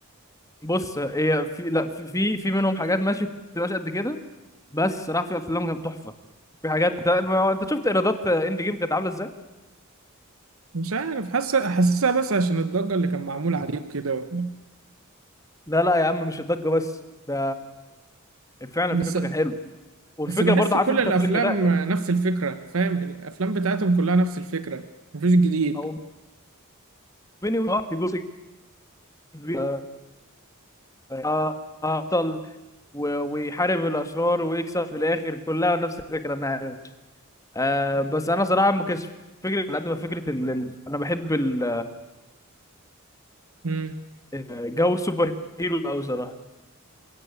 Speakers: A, on the left; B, on the right.
A: بص هي في لا في في, في منهم حاجات ماشي ما بتبقاش قد كده بس صراحه في افلام كانت تحفه في حاجات ده- ما- انت شفت ايرادات اند جيم كانت عامله ازاي
B: مش عارف حاسه حاسسها بس عشان الضجه اللي كان معمول عليه وكده
A: لا لا يا عم مش الضجه بس ده فعلا الفيلم
B: بس
A: كان حلو والفكره
B: بس بحس
A: برضه عارف
B: كل
A: انت
B: الافلام
A: الفيلم ده
B: نفس الفكره فاهم الافلام بتاعتهم كلها نفس الفكره مفيش جديد
A: او بيني وبينك في جزء كبير آه، آه، بطل و- ويحارب الاشرار ويكسب في الاخر كلها نفس الفكره انا عارف آه بس انا صراحه ما كانش فكره على قد ما فكره ال... ال- انا بحب ال-
B: امم
A: آه، جو السوبر هيرو قوي صراحه